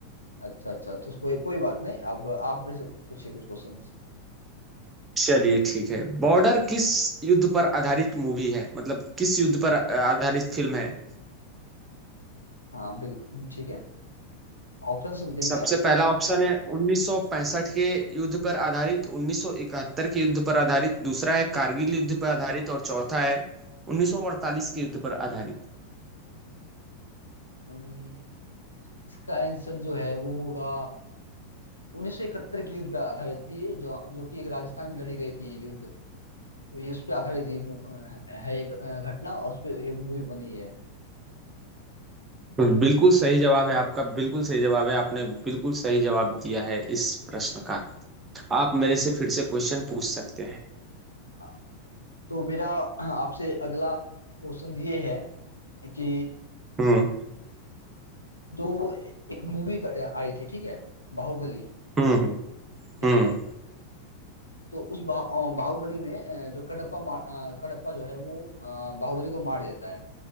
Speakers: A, on the left; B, on the right.
A: अच्छा अच्छा तो कोई कोई बात नहीं अब आप मेरे से पूछिए कुछ क्वेश्चंस
B: चलिए ठीक है बॉर्डर किस युद्ध पर आधारित मूवी है मतलब किस युद्ध पर अ, आधारित फिल्म है
A: हाँ बिल्कुल ठीक है ऑप्शंस देंगे
B: सबसे
A: आप
B: पहला ऑप्शन है 1965 के युद्ध पर आधारित 1971 के युद्ध पर आधारित दूसरा है कारगिल युद्ध पर आधारित और चौथा है 1948 के युद्ध पर आधारित
A: अम्म, इसका आंसर जो है वो होगा 1971 के युद्ध पे आधारित थी जो जो कि एक राजस्थान में लड़ी गई थी ये युद्ध तो ये उस पे आधारित ये मू- अ, है एक अ, घटना और उस पे ये मूवी बनी है
B: बिल्कुल सही जवाब है आपका बिल्कुल सही जवाब है आपने बिल्कुल सही जवाब दिया है इस प्रश्न का आप मेरे से फिर से क्वेश्चन पूछ सकते हैं
A: हाँ तो मेरा हाँ, आपसे अगला क्वेश्चन ये है कि
B: हम्म
A: जो एक मूवी आई थी ठीक है बाहुबली
B: हम्म हम्म
A: ठीक
B: हम्म,
A: है तो उस बा, अ, बाहुबली में अ, जो कडप्पा मार अ, कडप्पा जो है वो अ, बाहुबली को मार देता है